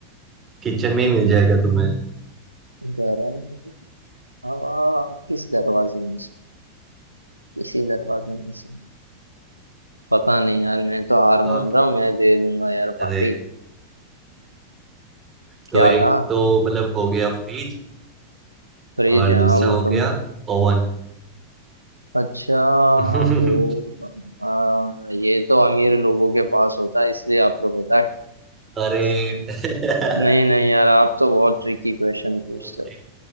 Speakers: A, on the right; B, on the right.
A: किचन में ही मिल जाएगा तुम्हें
B: गर्म हवा किस दरवाजे में से किसी दरवाजे में से पता नहीं यार मैं तो हार मान
A: ओके
B: रहा हूँ मैं दे दूंगा यार पार्टी
A: अरे
B: क्या
A: तो एक
B: था
A: तो मतलब हो गया फ्रिज
B: फ्रिज
A: और
B: हाँ
A: दूसरा
B: वो
A: हो
B: तो मैं
A: गया ओवन
B: अच्छा
A: <laughs>
B: ओ आ, ये तो अमीर लोगों के पास होता है इसलिए आपको पता है
A: अरे
B: <laughs>
A: <laughs>
B: नहीं नहीं यार आप तो बहुत ट्रिकी क्वेश्चन पूछते
A: कोई
B: हो